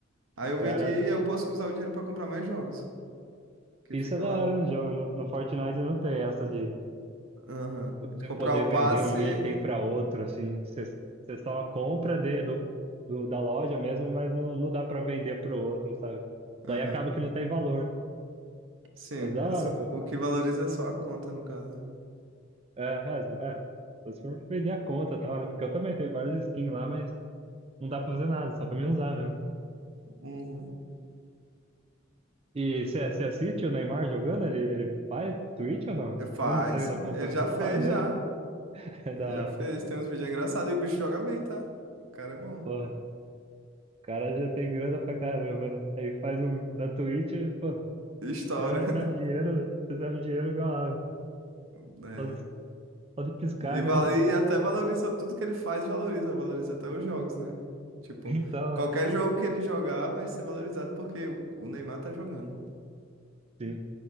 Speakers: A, on the right; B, on the right.
A: Aí
B: O
A: eu
B: cara
A: vendi e eu posso usar o dinheiro pra comprar mais jogos. Que
B: Isso
A: fica
B: é da
A: lá.
B: hora no jogo. No, no Fortnite não tem essa de
A: Aham.
B: você
A: De Comprar
B: poder
A: o passe.
B: vender um item para outro, assim. Você, você só compra de, do, do- da loja mesmo, mas não, não dá para vender pro outro, sabe? Daí
A: Aham.
B: acaba que não tem valor. né?
A: Sim,
B: Mas da
A: é
B: hora,
A: só,
B: pô.
A: o que valoriza é só a conta, no caso, né?
B: É, é, é. Só se for vender a conta, e tal, né? Porque eu também tenho vários skins lá, mas não dá pra fazer nada, só pra mim usar mesmo.
A: Uhum.
B: E você você assiste o Neymar jogando? Ele, ele faz Twitch ou não?
A: Faz.
B: Eu não sei, não acompanho.
A: Ele já fez,
B: Faz mesmo?
A: já.
B: <laughs> É da.
A: Ele já fez. Tem uns vídeos engraçados e o bicho joga bem, tá? O cara é bom.
B: Porra. O cara já tem grana pra caramba, né? Aí faz um na Twitch, pô, o
A: Estoura.
B: cara recebe dinheiro, né? recebe dinheiro igual água.
A: <laughs> É.
B: Pode, pode piscar,
A: E, val-
B: ganha dinheiro.
A: e
B: <laughs>
A: até valoriza tudo que ele faz, valoriza, valoriza até os jogos, né? Tipo,
B: Então,
A: qualquer
B: é.
A: jogo que ele jogar vai ser valorizado porque o o Neymar tá jogando.
B: Sim.